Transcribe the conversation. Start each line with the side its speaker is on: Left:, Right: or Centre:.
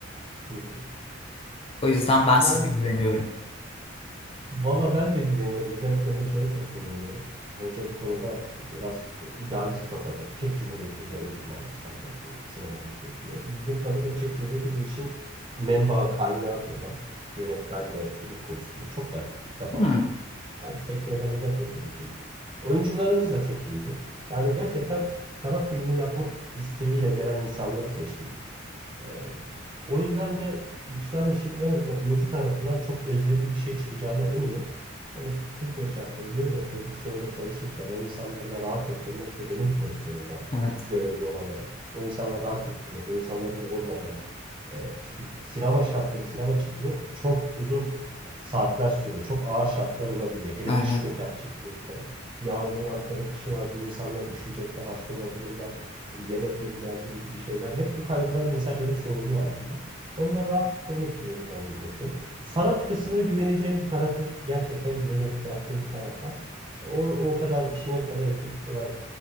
Right: Hı hı.
Left: O yüzden ben size
Right: Yani
Left: güveniyorum.
Right: valla ben de güveniyorum. Özellikle hocaya çok güveniyorum. Hoca bu konuda biraz e, idealist kafada. Çek Cumhuriyeti'nde eğitim almış zaten bu sinemacılık eğitimi. Bildiğim kadarıyla Çek Cumhuriyeti bu işin menbaı kaynağı diyorlar. Yönetmen de film konusunda. Çok garip. İlk defa
Left: Hmm,
Right: duydum. Belki sektörden uzak olduğum için. Oyuncularımız da çok iyiydi. Yani gerçekten sanat filmi yapmak isteğiyle gelen insanları seçtik. Ee, o yüzden de çıkan işin en azından oyuncu tarafından çok özverili bir şey çıkacağına eminim. Ama işte Türkiye şartları diyorum ya prodüksiyonda çalışırken o insanları da rahat ettirmek de benim pozisyonumda
Left: evet.
Right: görevli olan o. O insanları rahat ettirmek, o insanları yormadan. e, çünkü sinema şartları, sinema çekimi çok uzun saatler sürüyor. Çok ağır şartlar olabiliyor. Hele
Left: Evet.
Right: dış mekan çekimse. Yağmur var, kara kışı var. Bu insanlar üşüyecekler, hasta olabilirler yemekleri geldi mi gibi şeyler. Hep bu kaygılar mesela benim sorumluluğum altında. Onları rahat ettirmek için elimden geleni yapıyorum. Sanat kısmını güveneceğim bir tarafı, gerçekten güvenerek bıraktığım bir taraf var. O, o kadar işine bu kadar etik olarak